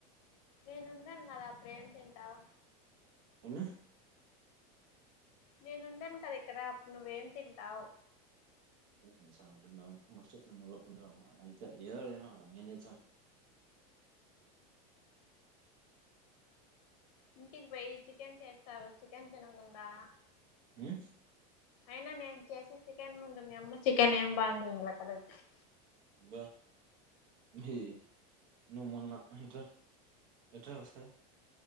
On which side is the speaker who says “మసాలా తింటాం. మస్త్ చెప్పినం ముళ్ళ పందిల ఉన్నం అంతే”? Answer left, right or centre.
Right